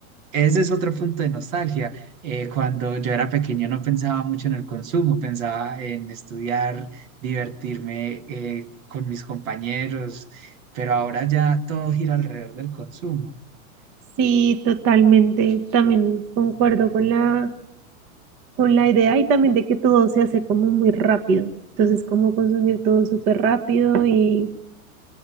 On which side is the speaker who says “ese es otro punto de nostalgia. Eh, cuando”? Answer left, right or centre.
Right